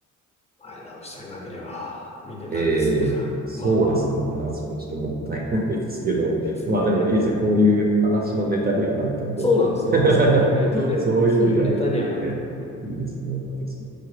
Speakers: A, on the left; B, on the right.
A: 前倒しさえなければ見てたんですね。
B: ええ、
A: <laughs>
B: そうですね。
A: まあまあ
B: いや、それちょっともったいないですけど、
A: ですね。
B: まあでもいいですね。こういう話のネタにはなったんで、
A: そうなんです、
B: <laughs>
A: そうなんです。はい。意外とね、
B: そういう意味では、
A: そういうネタにはなってるんで。
B: ね、いいですね。よかったですね。